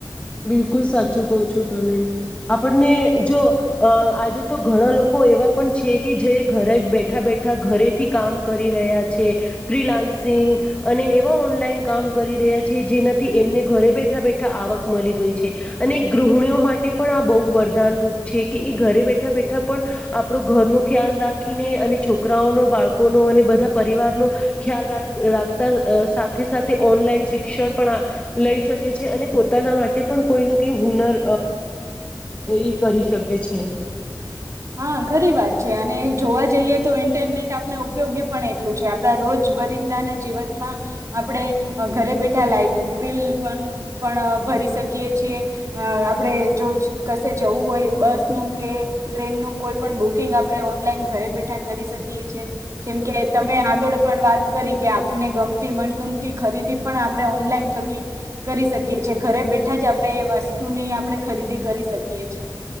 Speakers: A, on the left (about 15°); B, on the right (about 40°).
A: બિલકુલ સાચું કહું છો. તમે આપણને જો. અ આજે તો ઘણા લોકો. એવા પણ છે કે જે બેઠા બેઠા ઘરેથી કામ કરી રહ્યા છે ફ્રીલાન્સિંગ અને એવા ઓનલાઈન. કામ કરી રહ્યા છે જેના. થી એમને ઘરે બેઠા બેઠા આવક. મળી ગઈ છે અને ગૃહિણીઓ માટે પણ આ બહુ વરદાનરૂૂપ છે કે એ ઘરે બેઠા બેઠા. પણ આપણો ઘરનો. ખ્યાલ રાખ. રાખીને અને છોકરાઓનો બાળકોનો અને બધા પરિવારનો. ખ્યાલ રાખ રાખતા સાથે સાથે ઓનલાઈન શિક્ષણ પણ લઈ શકે છે. જે અને પોતે. પોતાના માટે પણ કોઈને કઈ હુનર એ કરી શકે છે.
B: હા ઘરી વાત છે અને જોવા જઈએ તો ઇન્ટરનેટ આપણે ઉપયોગી પણ એટલું છે આપણા રોજ બરિંદાના જીવનમાં આપણે ઘરે બેઠા લાાઈટ બિલ પણ ભરી શકીએ છીએ આપણેે જો કશે જવું હોય બસનું કે ટ્રેનનુંું કોઈ પણ બુકિંગ આપણે ઓનલાઈન ઘરે બેઠા કરી શકીએ છીએ જેમ કે તમે આગળ પણ વાત કરી કે આપને ગમતી મનગમતી ખરીદી પણ આપણે ઓનલાઈન થકી કરી શકીએ છેએ ઘરે બેઠા જ આપણે એ વસ્તુની આપણે ખરીદી કરી શકીએી